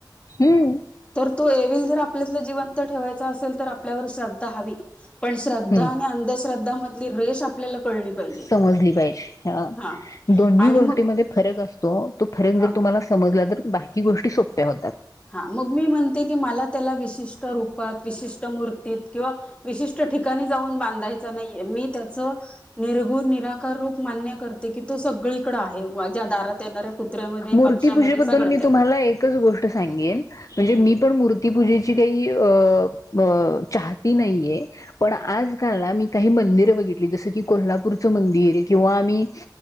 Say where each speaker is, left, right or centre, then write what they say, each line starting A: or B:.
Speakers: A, on the left; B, on the left.
A: हम्म.
B: तर तो येल जर आपल्यातला जिवंत ठेवायचा असेल तर आपल्यावर श्रद्धा हवी. पण श्रद्धा
A: हम्म
B: आणि अंधश्रद्धा मधली रेश आपल्याला कळली.. पाहिजे
A: समजली पाहिजे
B: हा
A: दोन्ही
B: आणि
A: गोष्टीमध्ये
B: मग
A: फरक असतो तो फरक
B: हा
A: जर तुम्हाला. समजलं तर बाकी गोष्टी सोप्या होतात.
B: हा मग मी म्हणते की मला त्याला विशिष्ट रूप.. विशिष्ट मूर्तीत किंवा विशिष्ट ठिकाणी जाऊन बांधायच नाहीये मी त्याच.. निर्गुण निराकार रूप मान्य करते कि तो सगळीकड आहे. माझ्या दारात. येणाऱ्या कुत्र्यामध्ये
A: मूर्तीपूजेबद्दल
B: पक्षामध्ये सगळ्यात
A: मी
B: आहे.
A: तुम्हाला एकच गोष्ट. सांगे म्हणजे
B: हम्म
A: मी पण मूर्तीपूजेची काही. अ हती नाहीये पण आज
B: हम्म
A: म काही मंद... ज की कोल्हापूरच मंदिर किंवा आम्ही